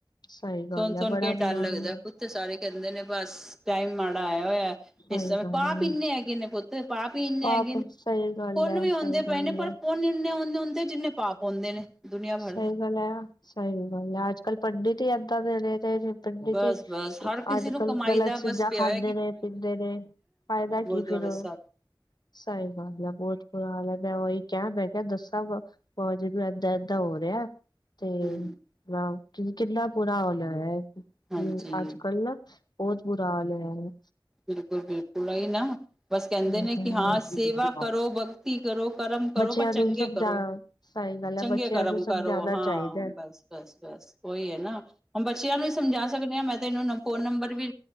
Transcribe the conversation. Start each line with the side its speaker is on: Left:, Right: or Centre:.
Left: ਸਹੀ ਗੱਲ
Centre: ਸੁਣ-ਸੁਣ
Left: ਹੈ ਬੜਾ
Centre: ਕੇ
Left: ਬੁਰਾ
Centre: ਡਰ ਲੱਗਦਾ
Left: ਹਾਲ ਹੈ
Centre: ਕੁ ਸਾਰੇ ਕਹਿੰਦੇ ਨੇ ਬਸ ਟਾਈਮ ਮਾੜਾ ਆਇਆ ਹੋਇਆ
Left: ਸਹੀ
Centre: ਇਸ ਸਮੇਂ
Left: ਗੱਲ
Centre: ਪਾਪ ਇੰਨੇ
Left: ਹੈ
Centre: ਹੈਗੇ ਨੇ ਪੁੱਤ ਪਾਪ ਹੀ ਹੈਗੇ
Left: ਪਾਪ
Centre: ਨੇ
Left: ਸਹੀ ਗੱਲ
Centre: ਪੁੰਨ
Left: ਹੈ
Centre: ਵੀ
Left: ਸਹੀ
Centre: ਹੁੰਦੇ
Left: ਗੱਲ
Centre: ਪਏ ਨੇ ਪਰ
Left: ਹੈ
Centre: ਪੁੰਨ ਇੰਨੇ ਹੇ ਹੁੰਦੇ ਜਿੰਨੇ ਪਾਪ ਹੁੰਦੇ ਨੇ। ਦੁਨੀਆਂ ਭਰ
Left: ਸਹੀ
Centre: ਦੇ
Left: ਗੱਲ ਹੈ, ਸਹੀ ਗੱਲ ਹੈ ਅੱਜ ਕੱਲ ਪੰਡਿਤ ਹੀ ਏਦਾਂ ਦੇ ਨੇ ਤੇ ਪੰਡਿਤ
Centre: ਬਸ
Left: ਜੀ
Centre: ਬਸ ਹਰ ਕਿਸੇ
Left: ਅੱਜ
Centre: ਨੂੰ
Left: ਕੱਲ
Centre: ਕਮਾਈ
Left: ਗਲਤ
Centre: ਦਾ
Left: ਚੀਜ਼ਾਂ
Centre: ਬਸ ਪਿਆ
Left: ਖਾਂਦੇ
Centre: ਹੋਇਆ
Left: ਨੇ ਪੀਂਦੇ ਨੇ ਫਾਇਦਾ ਕੀ
Centre: ਦੁਆਲੇ
Left: ਫਿਰ ਉਹ।
Centre: ਸਾਹਿਬ
Left: ਸਹੀ ਗੱਲ ਆ ਬਹੁਤ ਬੁਰਾ ਹਾਲ ਮੈਂ ਉਹੀ ਕਿਹਾ ਮੈਂ ਕਿਹਾ ਦੱਸਾ ਭੂਆ ਜੀ ਏਦਾ-ਏਦਾ ਹੋ ਰਿਹਾ। ਤੇ
Centre: ਹੂੰ
Left: ਨਾ ਕਿੰਨਾ ਬੁਰਾ ਹਾਲ ਹੈ
Centre: ਹਾਂਜੀ
Left: ਅੱਜ ਕੱਲ ਨਾ। ਬਹੁਤ ਬੁਰਾ ਹਾਲ ਹੋਇਆ ਹੈ।
Centre: ਬਿਲਕੁਲ-ਬਿਲਕੁਲ ਇਹ ਹੀ ਨਾ। ਬਸ ਕਹਿੰਦੇ
Left: ਸਹੀ
Centre: ਨੇ ਕਿ
Left: ਗੱਲ
Centre: ਹਾਂ
Left: ਹੈ
Centre: ਸੇਵਾ ਕਰੋ, ਭਗਤੀ ਕਰੋ, ਕਰਮ ਕਰੋ
Left: ਬੱਚਿਆਂ
Centre: ਪਰ
Left: ਨੂੰ
Centre: ਚੰਗੇ
Left: ਸਮਝਾ
Centre: ਕਰੋ।
Left: ਸਹੀ ਗੱਲ
Centre: ਚੰਗੇ
Left: ਹੈ ਬੱਚਿਆਂ
Centre: ਕਰਮ
Left: ਨੂੰ ਸਮਝਾਉਣਾ
Centre: ਕਰੋ ਹਾਂ
Left: ਚਾਹੀਦਾ ਹੈ।
Centre: ਬਸ-ਬਸ, ਬਸ ਉਹੀ ਹੈ ਨਾ। ਹੁਣ ਬੱਚਿਆਂ ਨੂੰ ਵੀ ਸਮਝਾ ਸਕਦੇ ਹਾਂ ਮੈਂ ਤੈਨੂੰ ਫੋਨ ਨੰਬਰ ਵੀ